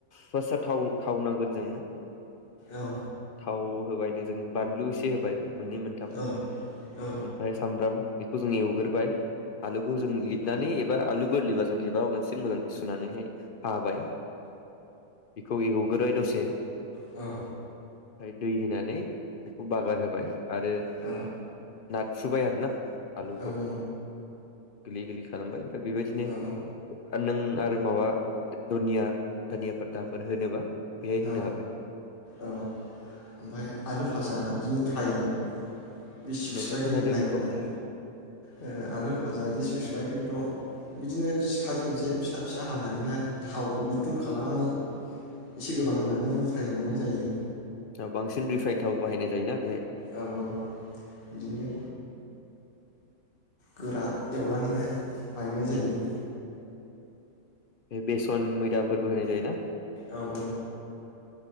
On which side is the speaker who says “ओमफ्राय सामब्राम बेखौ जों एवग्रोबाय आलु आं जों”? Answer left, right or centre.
Left